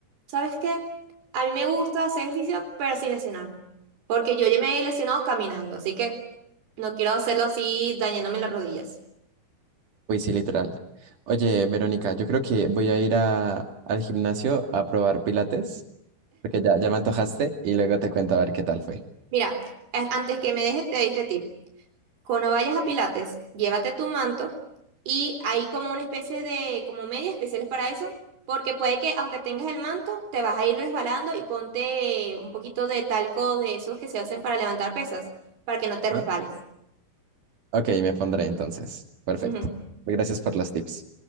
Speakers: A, on the right; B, on the right.
A: ¿sabes qué? A mí me gusta hacer ejercicio, pero sin lesionarme, porque yo ya me he lesionado caminando, así que no quiero hacerlo así dañándome las rodillas.
B: Uy, sí, literal. Oye, Verónica, yo creo que voy a ir a- al gimnasio a probar pilates, porque ya, ya me antojaste y luego te cuento a ver qué tal fue.
A: Mira, a- antes que me dejes, te di este tip. Cuando vayas a Pilates, llévate tu manto y hay como una especie de, como medias especiales para eso, porque puede que aunque tengas el manto, te vas a ir resbalando y ponte un poquito de talco de esos que se hacen para levantar pesas, para que no te
B: ¿Ah?
A: resbales.
B: Ok, me pondré entonces. Perfecto.
A: Ujú.
B: Gracias por los tips.